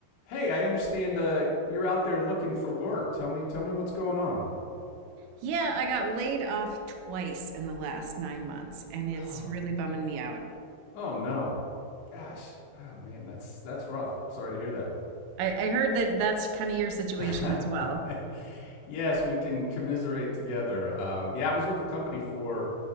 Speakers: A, on the left; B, on the right.
A: Hey, I understand uh, you're out there looking for work. Tell me, tell me what's going on.
B: Yeah, I got laid off twice in the last nine months, and it's
A: Oh,
B: really bumming me out.
A: Oh no, gosh, oh man, that's that's rough. Sorry to hear
B: I, I heard that that's kind of your situation
A: that.
B: as well.
A: <laughs> yes, we can commiserate together. Um, yeah, I was with the company for